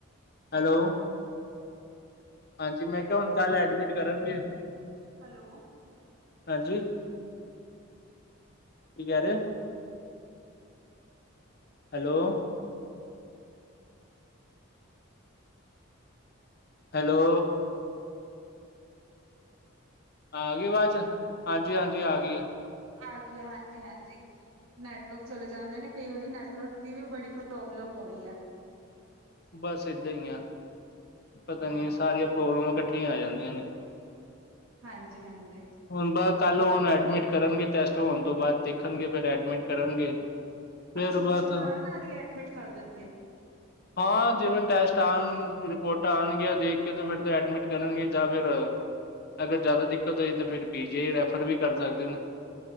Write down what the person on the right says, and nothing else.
ਮੇਰੀ
ਤੁਹਾਨੂੰ
ਹੈਲੋ।
ਆ ਗਿਆ, ਹਾਂਜੀ- ਹਾਂਜੀ ਨੈਟਵਰਕ ਚਲੇ ਜਾਂਦੇ ਨੇ, ਕਈ ਵਾਰੀ ਨੈਟਵਰਕ ਦੀ ਵੀ ਬੜੀ ਪ੍ਰੋਬਲਮ ਹੋ ਰਹੀ ਹੈ।
ਹਾਂ
ਹਾਂਜੀ -ਹਾਂਜੀ
ਅੱਛਾ
-ਅੱਛਾ ਨਾਲ ਨਾਲ ਹੀ, ਐਡਮਿਟ ਕਰ ਦੇਣਗੇ।